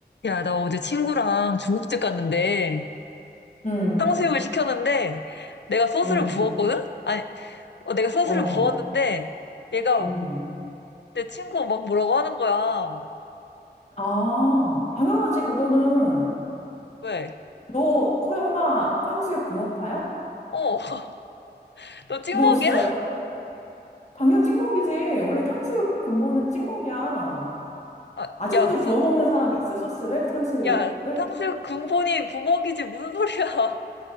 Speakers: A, on the left; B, on the left.
A: 야, 나 어제 친구랑 중국집 갔는데
B: 음,
A: 탕수육을 시켰는데 내가 소스를
B: 음,
A: 부었거든? 아니, 어, 내가 소스를
B: 어,
A: 부었는데 얘가
B: 음.
A: 내 친구 막 뭐라고 하는 거야.
B: 아, 당연하지, 그거는.
A: 왜?
B: 너 설마 탕수육 붕어파야?
A: 어, <laughs> 너 찍먹이야?
B: 너 진짜 당연 찍먹이지. 원래 탕수육 근본은 찍먹이야.
A: 아,
B: 아직도
A: 야, 무슨,
B: 부어 먹는 사람이 있어, 소스를? 탕수육을?
A: 야, 탕수육 근본이
B: <laughs>
A: 부먹이지 무슨 소리야. <laughs>